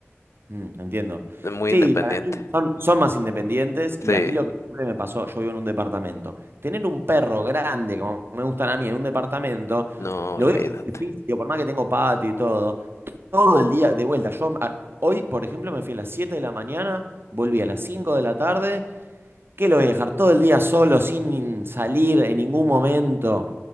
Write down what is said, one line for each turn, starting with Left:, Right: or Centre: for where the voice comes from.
Right: Mm, entiendo.
Left: de muy
Right: Sí,
Left: independiente.
Right: para mí son, son más independientes y
Left: Sí,
Right: a mí lo que siempre me pasó, yo vivo en un departamento. Tener un perro grande, como me gustan a mí, en un departamento,
Left: no,
Right: lo
Left: olvídate.
Right: veo difícil, por más que tengo patio y todo, todo el día de vuelta. Yo a- hoy, por ejemplo, me fui a las 7 de la mañana, volví a las 5 de la tarde, que lo voy a dejar todo el día solo, sin salir en ningún momento.